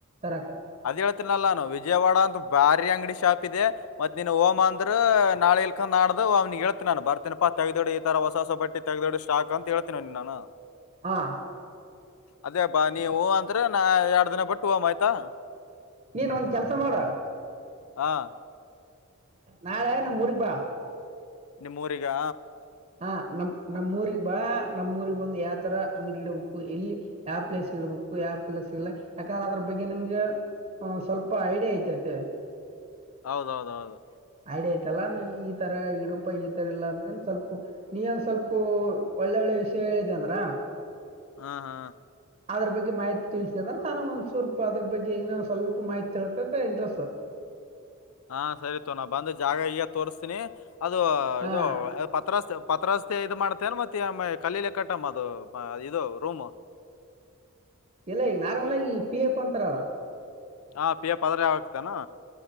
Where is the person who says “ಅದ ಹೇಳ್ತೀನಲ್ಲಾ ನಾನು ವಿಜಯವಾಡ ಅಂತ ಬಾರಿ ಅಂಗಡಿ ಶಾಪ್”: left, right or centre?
Left